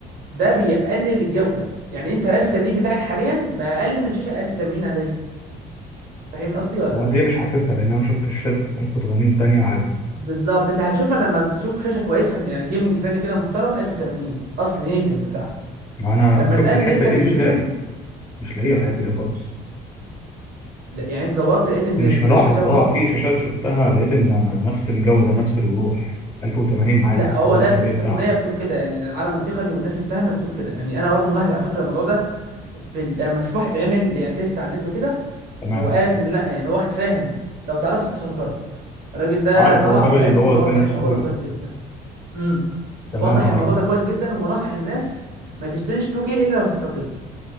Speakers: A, on the right; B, on the left.
A: ده بيقلل الجوده يعني انت ال 1080 بتاعك حاليا بقى اقل من شاشه 1080 عاديه فاهم قصدي ولا
B: هو دي مش حاسسها لان انا شفت الشات 1080 تانية عادي
A: بالظبط انت هتشوفها لما تشوف شاشه كويسه يعني جيمنج تانية كده محترمه 1080 اصل نيتيف بتاعها
B: ما انا
A: لما
B: شفت
A: تقلل
B: الحته
A: انت الريزولوشن
B: دي مش لاقي مش لاقيها الحتة دي خالص
A: لا، يعني انت دورت لقيت ان
B: مش
A: الريزولوشن
B: ملاحظ
A: شبه
B: اه
A: بعضه
B: في شاشات شفتها لقيت ان ما- نفس الجودة نفس الوضوح 1080 عادي
A: لا هو
B: هو
A: ده
B: ده الطبيعي
A: التقنيه
B: بتاعها
A: بتقول كده العالم التقني والناس الفاهمه بتقول كده يعني انا برضو ملاحظ على فكره الموضوع ده في ال... لما في واحد عمل يعني تيست على النت وكده
B: تمام
A: وقالت ان لا يعني هو واحد فاهم لو تعرفوا اسمه سنكرة الراجل ده
B: عارفه
A: طلع
B: هو الراجل
A: وقال
B: اللي هو
A: ووضح
B: البان السوري
A: الموضوع ده كويس جدا امم
B: تمام
A: وضح
B: عارفه
A: الموضوع ده كويس جدا ونصح الناس ما تشتريش 2K الا لو هتستخدمه